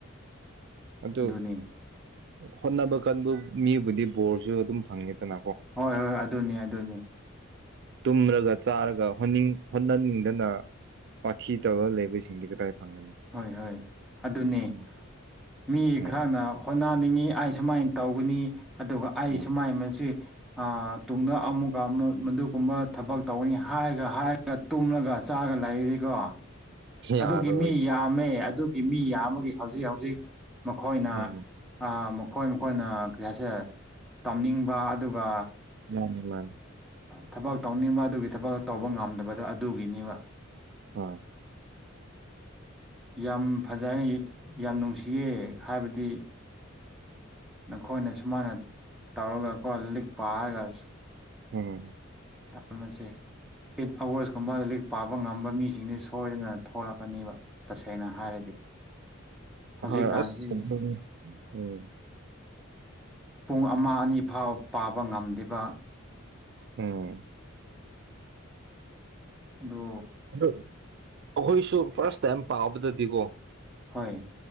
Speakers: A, on the right (about 55°); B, in the centre.
A: ꯑꯗꯨ
B: ꯑꯗꯨꯅꯦ
A: ꯍꯣꯠꯅꯕ ꯀꯟꯕꯨ ꯃꯤꯕꯨꯗꯤ ꯕꯣꯔꯁꯨ ꯑꯗꯨꯝ ꯐꯪꯉꯦ ꯠꯇꯅꯥꯀꯣ
B: ꯍꯣꯏ ꯍꯣꯏ ꯑꯗꯨꯅꯤ ꯑꯗꯨꯅꯤ
A: ꯇꯨꯝꯔꯒ ꯆꯥꯔꯒꯅꯤꯡ ꯍꯣꯠꯅꯅꯤꯡꯗꯅ ꯄꯊꯤ ꯇꯧꯔ ꯂꯩꯕꯁꯤꯡꯗꯤ ꯀꯗꯥꯏ ꯐꯪꯒꯅꯤ
B: ꯍꯣꯏ ꯍꯣꯏ ꯑꯗꯨꯅꯦ
A: ꯎꯝ
B: ꯃꯤ
A: ꯎꯝ
B: ꯈꯔꯅ ꯍ ꯅꯥꯅꯤꯡꯉꯤ ꯑꯩ ꯁꯨꯃꯥꯏꯅ ꯇꯧꯒꯅꯤ ꯑꯗꯨꯒ ꯑꯩ
A: ꯎꯝ
B: ꯁꯨꯃꯥꯏꯅ ꯃꯁꯤ ꯇꯨꯡꯗ ꯑꯃꯨꯛꯀ ꯑꯃꯛ ꯃꯗꯨꯒꯨꯝꯕ ꯊꯕꯛ ꯇꯧꯅꯤ ꯍꯥꯏꯔꯒ ꯍꯥꯏꯔꯒ ꯇꯨꯝꯂꯒ ꯊꯑꯒ ꯂꯩꯔꯤꯀꯣ
A: ꯌꯥꯔꯔꯣꯏꯕ
B: ꯑꯗꯨꯒꯤ ꯃꯤ ꯌꯥꯝꯃꯦ ꯑꯗꯨꯒꯤ ꯃꯤ ꯌꯥꯝ ꯑꯃꯒꯤꯒꯤ ꯍꯧꯖꯤꯛ ꯍꯧꯖꯤꯛ ꯃꯈꯣꯏꯅ
A: ꯎꯝ
B: ꯃꯈꯣꯏ ꯃꯈꯣꯏꯅ ꯀꯔꯤ ꯍꯥꯏꯁꯦ ꯇꯝꯅꯤꯡꯕ ꯑꯗꯨꯒ
A: ꯃꯥꯅꯤ ꯃꯥꯅꯤ
B: ꯊꯕꯛ ꯇꯧꯅꯤꯡꯕ ꯑꯗꯨꯒꯤ ꯊꯕꯛ ꯇꯧꯕ ꯉꯝꯗꯕꯗꯣ ꯑꯗꯨꯒꯤꯅꯦꯕ
A: ꯍꯣꯏ
B: ꯌꯥꯝ ꯐꯖꯅ ꯌꯥꯝ ꯅꯨꯡꯁꯤꯌꯦ ꯍꯥꯏꯕꯗꯤ ꯅꯈꯣꯏꯅ ꯁꯨꯃꯥꯏꯅ ꯇꯧꯔꯒꯀꯣ ꯂꯤꯛꯄ ꯍꯥꯏꯔꯒ
A: ꯍꯝ
B: ꯇꯝꯃꯁꯦ ꯑꯩꯠ ꯑꯋꯥꯔꯁꯀꯨꯝꯕ ꯂꯩꯔꯤꯛ ꯄꯥꯕ ꯉꯝꯕ ꯃꯤꯁꯤꯡꯁꯤ ꯁꯣꯏꯗꯅ ꯊꯣꯛꯂꯛꯀꯅꯦꯕ ꯇꯁꯦꯡ ꯁꯦꯡꯅ ꯍꯥꯏꯔꯗꯤ ꯍꯧꯖꯤꯛꯀꯥꯟꯁꯤ
A: ꯍꯣꯏ ꯑꯁ ꯑꯗꯨꯅꯤ ꯎꯝ
B: ꯄꯨꯡ ꯑꯃ ꯑꯅꯤ ꯐꯥꯎ ꯄꯥꯕ ꯉꯝꯗ‌ꯦꯕ
A: ꯎꯝ
B: ꯑꯗꯨ
A: ꯑꯗꯨ ꯑꯩꯈꯣꯏꯁꯨ ꯐꯥꯔꯁ ꯇꯥꯏꯝ ꯄꯥꯕꯗꯗꯤꯀꯣ
B: ꯍꯣꯏ